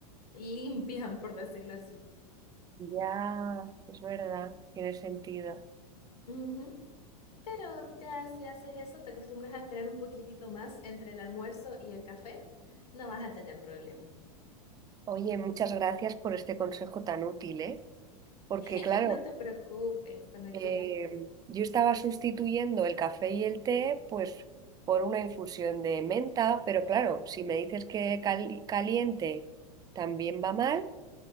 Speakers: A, on the left; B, on the right.
A: limpian, por decirlo así.
B: Ya, es verdad, tiene sentido.
A: Ujú, Pero ya si haces eso, te acostumbras a esperar un poquitito más entre el almuerzo y el café, no vas a tener problema.
B: Oye, muchas gracias por este consejo tan útil, ¿eh? Porque
A: <laughs>
B: claro,
A: No te preocupes, cuando
B: eh,
A: quieras.
B: yo estaba sustituyendo el café y el té, pues, por una infusión de menta, pero claro, si me dices que cali- caliente también va mal,